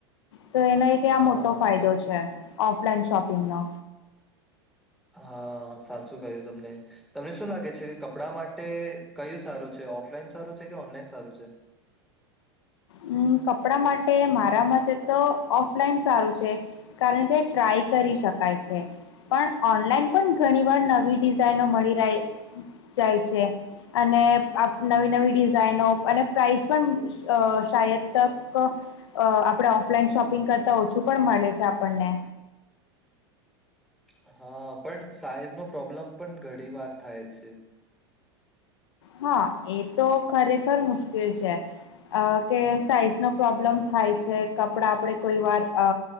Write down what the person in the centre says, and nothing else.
હા
એ તો
હા સાચું ક્યું તમને તમને શું લાગે છે કે કપડા માટે કયું સારું છે ઓફલાઈન સારું છે કે ઓનલાઈન સારું છે?
<inaudible> હા, પણ સાઈઝનો પ્રોબ્લમ પણ ઘણી વાર થાય છે.